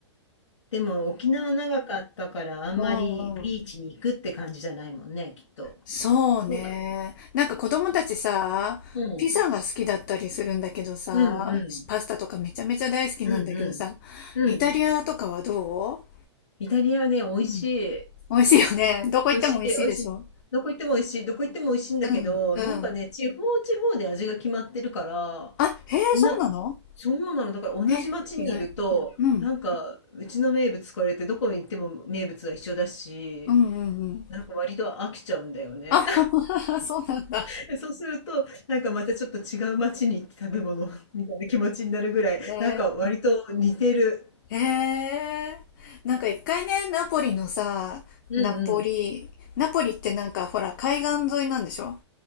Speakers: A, on the left (about 85°); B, on the left (about 40°).
A: でも沖縄長かったからあんまりビーチに行くって感じじゃないもんね、
B: うん、うん。
A: きっと。
B: そうね。
A: そうだろ
B: なんか子供たちさ、
A: う。うん。
B: ピザが好きだったりするんだけどさ、
A: うんうん。
B: パスタとかめちゃめちゃ大好きなんだけどさ、
A: うんうん。うん。
B: イタリアとかはど
A: イタリアね、美味しい。
B: ううん。美味しいよね。どこ行っても美味しいでしょ。
A: 美味しい、美味しい。どこ行っても美味しい。どこ行っても美味しいんだけど、
B: うん、うん。
A: なんかね、地方地方で味が決まってるから、
B: あ、へえ、
A: な、
B: そうなの
A: そうなの。だから同じ町にいると、
B: え、意外。うん、
A: なんか、うちの名物これってどこに行っても名物が一緒だし、
B: うん、うん、うん。
A: なんか割と飽きちゃうんだよね。
B: あ、<laughs> そうなんだ。
A: で、そうすると、なんかまたちょっと違う街に行って食べ物 <laughs> みたいな気持ちになるぐらい、
B: ね。
A: なんか割と似てる。
B: へえ。なんか一回ね、ナポリのさ、
A: うんうん。
B: ナポリ、ナポリってなんかほら海岸沿いなんでしょ